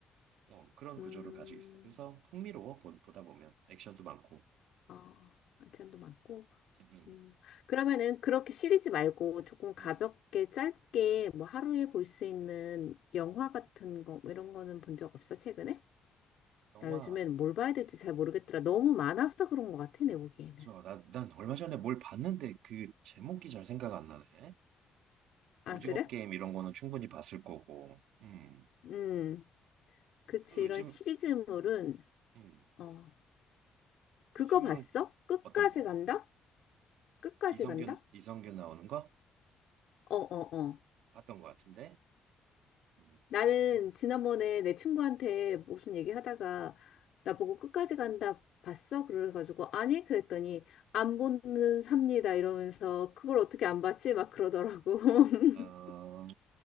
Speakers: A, on the right; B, on the left.
A: 어, 그런
B: 음.
A: 구조를 가지고 있어. 그래서 흥미로워 보, 보다 보면 액션도 많고.
B: 어. 아이템도 많고.
A: 음, 음.
B: 음. 그러면은 그렇게 시리즈 말고 조금 가볍게
A: 음.
B: 짧게 뭐 하루에 볼 수 있는 영화 같은 거뭐 이런 거는 본 적 없어, 최근에?
A: 영화
B: 나 요즘엔 뭘 봐야 될지 잘 모르겠더라. 너무 많아서 그런 것 같아, 내 보기에는.
A: 저, 나, 난 얼마 전에 뭘 봤는데 그 제목이 잘 생각 안 나네.
B: 아,
A: 오징어
B: 그래?
A: 게임 이런 거는 충분히 봤을 거고. 음.
B: 음. 그치.
A: 그리고
B: 이런
A: 요즘,
B: 시리즈물은
A: 음.
B: 어, 그거
A: 요즘은
B: 봤어? 끝까지
A: 어떤 거?
B: 간다? 끝까지
A: 이성균,
B: 간다?
A: 이성균 나오는 거?
B: 어, 어, 어.
A: 봤던 거 같은데? 음.
B: 나는
A: 어,
B: 지난번에 내 친구한테 무슨 얘기 하다가 나보고 끝까지 간다 봤어? 그래가지고 아니? 그랬더니 안 보는 삽니다 이러면서 그걸 어떻게 안 봤지? 막 그러더라고. <laughs>
A: 어,